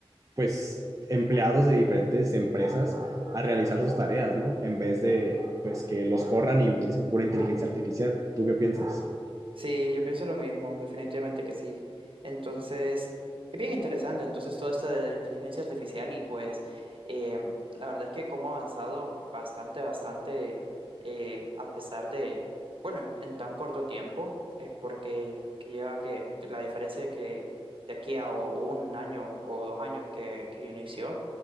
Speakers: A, on the right; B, on the right.
A: pues, empleados de diferentes empresas a realizar sus tareas, ¿no? En vez de, pues, que los corran y utilicen pura inteligencia artificial. ¿Tú qué piensas?
B: Sí, yo pienso lo mismo, definitivamente que sí. Entonces, es bien interesante, entonces, todo esto de la inteligencia artificial y pues eh, la verdad es que cómo ha avanzado bastante, bastante, eh, a pesar de, bueno, en, en tan corto tiempo, es porque que lleva que la diferencia que de aquí a o- un año o dos años que, que inició